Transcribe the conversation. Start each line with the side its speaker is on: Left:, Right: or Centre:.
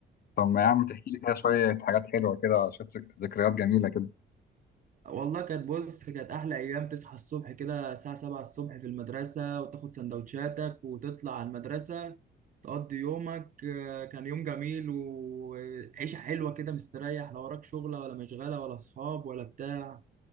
Left: طب ما يا عم تحكي لي كده شوية حاجات حلوة كده شوية ذك- ذكريات جميلة كده،
Right: والله كانت بص كانت أحلى أيام تصحى الصبح كده الساعة 7 الصبح في المدرسة وتاخد سندوتشاتك وتطلع على المدرسة تقضي يومك آه، كان يوم جميل وعيشة حلوة كده مستريح لا وراك شغلة ولا مشغلة ولا أصحاب ولا بتاع